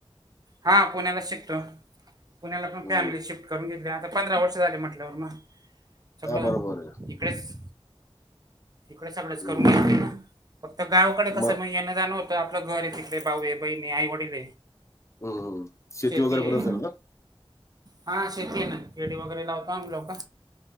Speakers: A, on the right; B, on the left.
A: हा पुण्याला शिकतो पुण्याला पण
B: हं.
A: फॅमिली शिफ्ट करून घेतले आता पंधरा वर्ष झाले म्हटल्यावर ना सगळं
B: हां, बरोबर आहे.
A: इकडेच. तिकडे सगळंच करून
B: हं.
A: घे ना फक्त गावकडे कस
B: मग
A: नाही येणं जाण होत नाही आपलं घर आहे तिकले भाऊ, बहिणी, आई, वडील
B: हं, हं.
A: शेती
B: वगैरे
A: आहे.
B: पण असेल ना?
A: हा शेती ना फेडी वगैरे लावतो आम्ही लोक